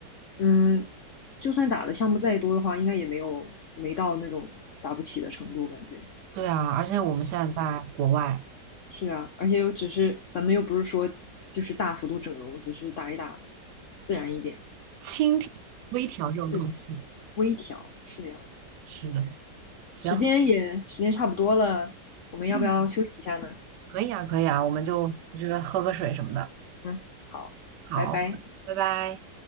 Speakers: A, on the left; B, on the right.
A: 嗯，就算打的项目再多的话，应该也没有没到那种打不起的程度，感觉。
B: 对啊，而且我们现在在国外，
A: 是啊，而且又只是咱们又不是说就是大幅度整容，只是打一打，自然一点，
B: 轻调、微调这种东西，
A: 嗯，微调，是这样的。
B: 是的。行，
A: 时间也时间差不多了，我们要不要休息一下呢？
B: 嗯，可以啊，可以啊，我们就我觉得喝个水什么的。
A: 嗯，好，
B: 好，
A: 拜拜。
B: 拜拜。